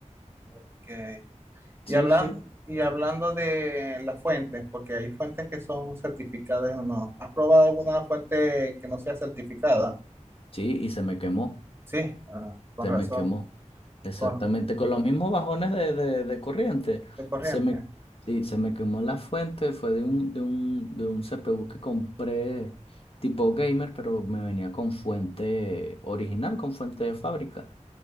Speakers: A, on the right; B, on the left.
A: Ok, Y,
B: Sí,
A: hablan,
B: sí.
A: y hablando de las fuentes, porque hay fuentes que son certificadas o no. ¿Has probado alguna fuente que no sea certificada?
B: Sí, y se me quemó,
A: Sí, ah, con
B: se
A: razón.
B: me quemó. Exactamente,
A: Con,
B: con los mismos bajones de, de- de corriente.
A: de corriente.
B: Se me, sí, se me quemó la fuente, fue de un, de un, de un CPU que compré tipo gamer, pero me venía con fuente original, con fuente de fábrica.